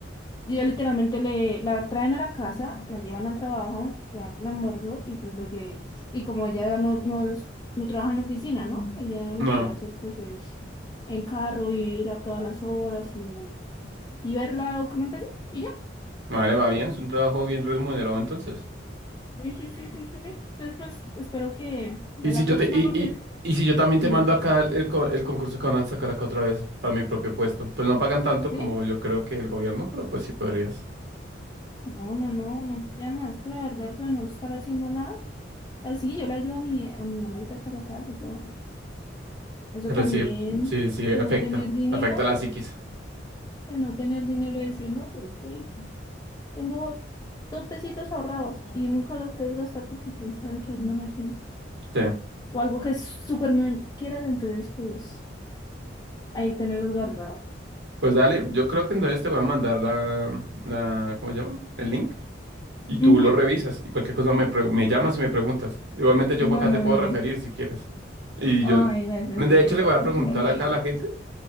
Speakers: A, on the left (about 20°); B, on the right (about 70°).
A: Y ella literalmente le, la traen a la casa, la llevan al trabajo, le dan el almuerzo y pues lo lle- Y como ella no, no, es- no trabaja en oficina, ¿no? Ella
B: No,
A: lo que hace pues es en carro ir a todas las horas y, y ver la documentación y ya.
B: no le va bien, es un trabajo bien remunerado entonces.
A: Sí, sí, sí, sí, sí. Entonces pues espero que ya
B: Y si
A: la
B: yo
A: próxima
B: te, y,
A: porque
B: y, y si yo también
A: dime.
B: te mando acá el, el, co- el concurso que van a sacar acá otra vez para mi propio puesto, pues no pagan tanto
A: ¿Sí?
B: como yo creo que el gobierno, pero pues sí podrías.
A: No, no, no, niña llama, es que la verdad eso de no estar haciendo nada, así yo le ayudo a mi, a mi mamita Carla casa y todo. Eso
B: Pero
A: también
B: sí, sí, sí,
A: de
B: afecta,
A: no tener dinero,
B: afecta la psiquis.
A: de no tener dinero y decir, no, pues que tengo dos pesitos ahorrados y nunca los puedes gastar porque quién sabe que hay una emergencia
B: Sí.
A: o algo que súper me quieras, entonces pues ahí tenerlos guardados.
B: Pues dale, yo creo que entonces te voy a mandar la, la, ¿cómo se llama? El link y tú
A: Ujú.
B: lo revisas y cualquier cosa me, pre- me llamas y me preguntas. Igualmente yo
A: Bueno,
B: por acá te puedo
A: bebé.
B: referir si quieres. Y
A: Ay,
B: yo,
A: gracias,
B: de
A: bebé.
B: hecho, le voy a preguntar
A: Si no necesito.
B: acá a la gente,